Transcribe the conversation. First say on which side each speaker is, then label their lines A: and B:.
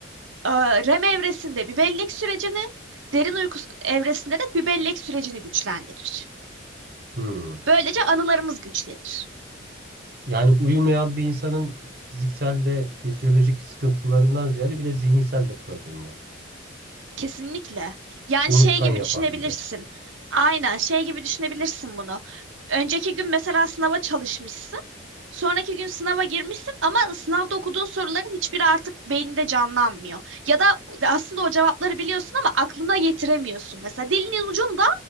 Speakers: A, on the right; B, on the right.
A: e, REM evresinde bir bellek sürecini, derin uyku evresinde de bir bellek sürecini güçlendirir.
B: Hmm.
A: Böylece anılarımız güçlenir.
B: Yani uyumayan bir insanın fiziksel ve fizyolojik sıkıntılarından ziyade bir de zihinsel de problemi var.
A: Kesinlikle. Yani
B: Unutkan
A: şey gibi
B: yapar
A: düşünebilirsin.
B: gibi.
A: Aynen şey gibi düşünebilirsin bunu. Önceki gün mesela sınava çalışmışsın. Sonraki gün sınava girmişsin ama sınavda okuduğun soruların hiçbiri artık beyninde canlanmıyor. Ya da aslında o cevapları biliyorsun ama aklına getiremiyorsun. Mesela dilinin ucunda